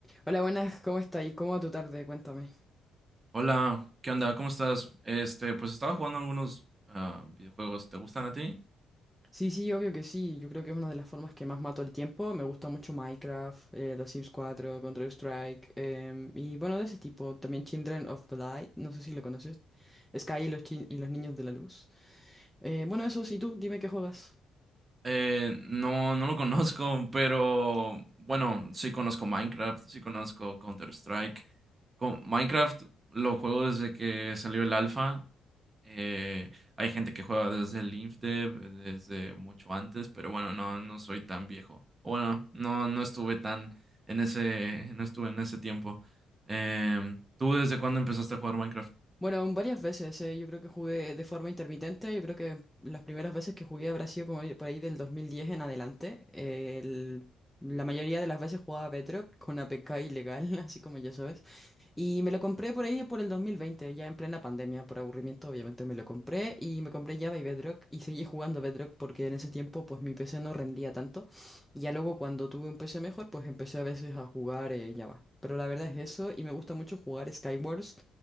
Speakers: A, in the centre; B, on the right (about 30°).
A: Hola, buenas, ¿cómo estáis? ¿Cómo va tu tarde? Cuéntame.
B: Hola, ¿qué onda? ¿Cómo estás? Este, pues estaba jugando algunos ah, videojuegos. ¿Te gustan a ti?
A: Sí, sí, obvio que sí. Yo creo que es una de las formas que más mato el tiempo. Me gusta mucho Minecraft, eh, los Sims 4, Counter-Strike, em, y bueno, de ese tipo. También Children of the Light, no sé si lo conoces. Sky y los, chi- y los Niños de la Luz. Eh, bueno, eso sí, tú, dime qué juegas.
B: Eh, no, no lo <laughs> conozco, pero bueno, sí conozco Minecraft, sí conozco Counter-Strike. Con Minecraft lo juego desde que salió el alfa. Eh, hay gente que juega desde el InfDev, desde mucho antes, pero bueno, no, no soy tan viejo. O Bueno, no, no estuve tan en ese, no estuve en ese tiempo. Em, ¿tú desde cuándo empezaste a jugar Minecraft?
A: Bueno, varias veces, eh, yo creo que jugué de forma intermitente, yo creo que las primeras veces que jugué habrá sido como ahí- por ahí del 2010 en adelante. El- la mayoría de las veces jugaba Bedrock con APK ilegal, <laughs> así como ya sabes. Y me lo compré por ahí por el 2020 ya en plena pandemia, por aburrimiento, obviamente me lo compré y me compré Java y Bedrock y seguí jugando a Bedrock porque en ese tiempo pues mi PC no rendía tanto y ya luego cuando tuve un PC mejor pues empecé a veces a jugar eh, Java. Pero la verdad es eso y me gusta mucho jugar Skywars.